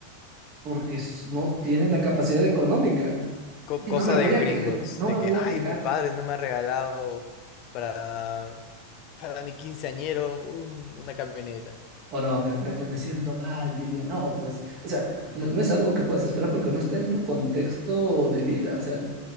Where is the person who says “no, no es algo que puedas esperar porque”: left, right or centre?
Right